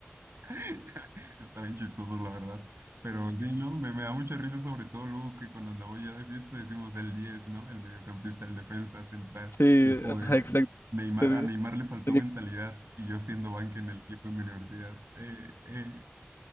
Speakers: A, on the right; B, on the left.
A: <laughs> Está bien chistoso, la verdad. Pero sí, ¿no? Me, me da mucha risa, sobre todo luego que cuando andamos ya de fiesta decimos el diez ¿no? El mediocampista, el defensa central.
B: Sí,
A: Y es como de
B: ajá, exacto.
A: Neymar,
B: Tal
A: a Neymar le faltó
B: tal-
A: mentalidad y yo siendo banca en el equipo de mi universidad. Eh, eh.